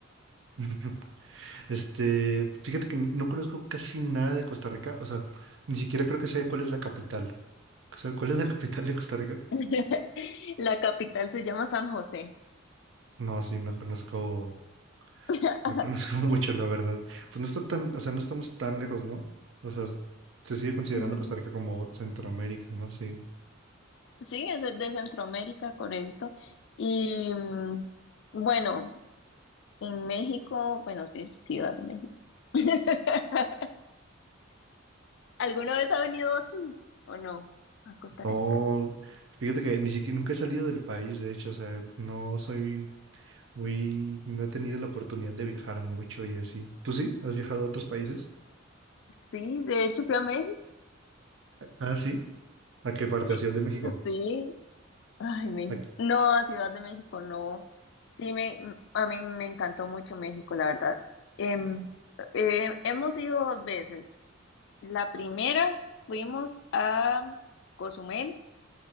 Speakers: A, on the right; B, on the left.
A: <laughs> Este, fíjate que no conozco casi nada de Costa Rica, o sea, ni siquiera creo que sé cuál es la capital. O sea, ¿cuál es la <laughs> capital de Costa Rica?
B: <laughs> La capital se llama San José.
A: No, sí, no conozco.
B: <laughs>
A: No conozco <laughs> mucho, la verdad. Pues no está tan, o sea, no estamos tan lejos, ¿no? O sea, se sigue considerando
B: Mm,
A: Costa Rica como Centroamérica, ¿no? Sí.
B: Sí, es de de Centroamérica, correcto. Y mm, bueno, en México, bueno, sí, Ciudad de México. <laughs> ¿Alguna vez ha venido aquí o no? A Costa
A: No,
B: Rica.
A: fíjate que ni siquiera nunca he salido del país, de hecho, o sea, no soy muy, no he tenido la oportunidad de viajar mucho y así. ¿Tú sí? ¿Has viajado a otros países?
B: Sí, de hecho fui a México.
A: Ah, sí. ¿A qué parte?
B: <laughs>
A: ¿A Ciudad de México?
B: Sí, Ay, México.
A: ¿A-
B: No, a Ciudad de México no. Sí, me, m- a mí me encantó mucho México, la verdad. Em, em, hemos ido dos veces. La primera fuimos a Cozumel